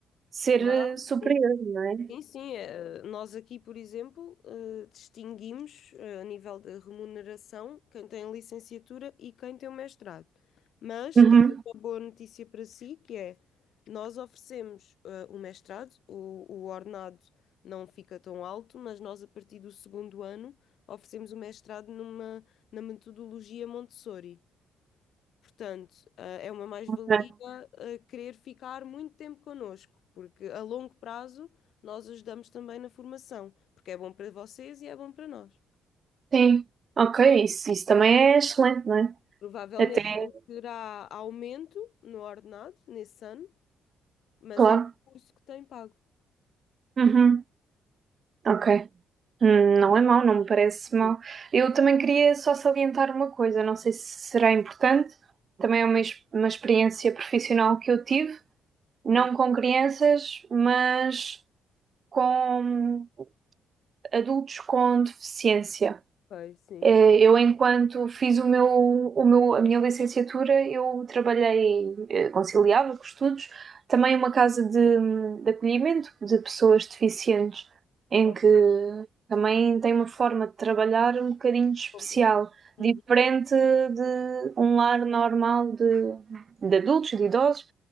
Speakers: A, on the right; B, on the left.
A: ser
B: Claro,
A: eh, superior,
B: sim.
A: não é?
B: Sim, sim. eh, Nós aqui, por exemplo, eh, distinguimos eh, a nível de remuneração quem tem licenciatura e quem tem o mestrado. Mas
A: Uhum.
B: também uma boa notícia para si, que é nós oferecemos eh, o mestrado, o, o ordenado não fica tão alto, mas nós a partir do segundo ano oferecemos o mestrado numa, na metodologia Montessori. Portanto, eh, é uma mais-valia
A: ok.
B: eh, querer ficar muito tempo connosco, porque a longo prazo nós ajudamos também na formação, porque é bom para vocês e é bom para nós.
A: Sim, ok, isso, isso também é excelente, não é?
B: Provavelmente
A: Até,
B: não terá aumento no ordenado nesse ano, mas
A: claro.
B: é um curso que tem pago.
A: Uhum. Ok. Hum, Não é mau, não me parece mau.
B: Sim,
A: Eu também queria só salientar uma coisa, não sei se será importante, também é uma, ex- uma experiência profissional que eu tive, não
B: Hum,
A: com crianças, mas com adultos com deficiência.
B: ok, sim.
A: Eh, Eu, enquanto fiz o meu, o meu, a minha licenciatura, eu trabalhei, eh, conciliava com estudos, também uma casa de, de acolhimento de pessoas deficientes, em
B: Ó,
A: que também tem uma forma de trabalhar um bocadinho especial,
B: com- Uhum.
A: diferente de um lar normal de, de adultos, de idosos,